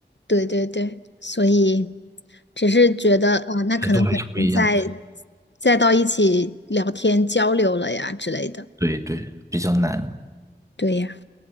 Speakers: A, on the left (about 75°); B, on the right (about 15°).
A: 对对对，所以只是觉得啊、那可能很难再
B: 程度还是不一样。
A: 再到一起聊天交流了呀之类的。
B: 对对，比较难。
A: 对呀，